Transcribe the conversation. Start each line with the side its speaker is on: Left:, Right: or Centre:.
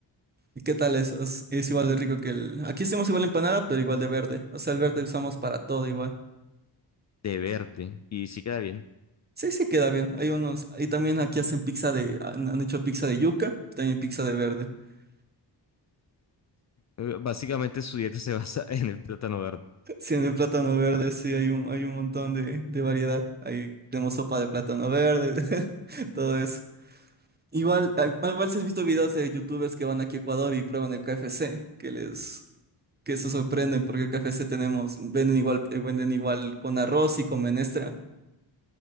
Right: ¿Y qué tal eso? Es, es igual de rico que el... Aquí hacemos igual empanada, pero igual de verde. O sea, el verde usamos para todo igual.
Left: de verde, y sí queda bien.
Right: Sí, sí queda bien. Hay unos, y también aquí hacen pizza de, han, han hecho pizza de yuca, también pizza de verde. <laughs>
Left: Eh, Básicamente su dieta se basa <laughs> en el plátano verde.
Right: Sí, en el plátano verde, sí, hay un, hay un montón de, de variedad. Ahí tenemos sopa de plátano verde, <laughs> todo eso. Igual, ah, ah, igual si has visto videos de youtubers que van aquí a Ecuador y prueban el KFC, que les, que se sorprenden porque el KFC tenemos, venden igual, eh, venden igual con arroz y con menestra.